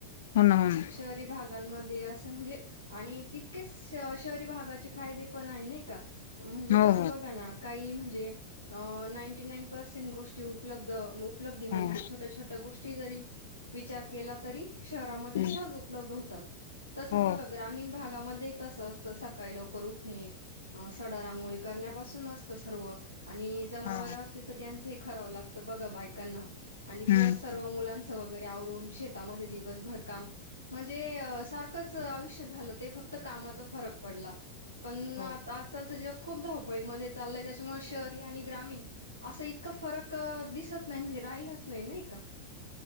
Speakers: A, on the left; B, on the right.
A: हो ना हो ना.
B: शहरी भागांमध्ये असे म्हणजे, आणि तितकेच शहरी भागाचे फायदे पण आहे नाही का. म्हणजे
A: हो
B: कस बघा ना काही म्हणजे अ नाईंटी नाईन पर्सेंट गोष्टी उपलब्ध उपलब्धी मिळते,
A: हो हो
B: छोट्या, छोट्या गोष्टी जरी विचार केला तरी शहरामध्ये
A: हम्म
B: सहज उपलब्ध होतात, तसच
A: हो
B: बघा ग्रामीण भागामध्ये तस असत सकाळी लवकर उठणे, सडा रांगोळी करण्यापासून असत सर्व आणि जनावर
A: हा
B: असले त त्यांच हि करावं लागतं बघा बायकांना,
A: हम्म
B: प्लस सर्व मुलांच वगैरे आव रून शेतामध्ये दिवसभर काम म्हणजे अस सारखच आयुष्य झालं ते फक्त कामाचा फरक पडला, पण
A: हो
B: आता आजकालच जग खूप धा वपळी मधे चाललंय त्याच्यामुळे शहरी आणि ग्रामीण, अस इतकं फरक दिसत नाही म्हणजे राहिला स नही का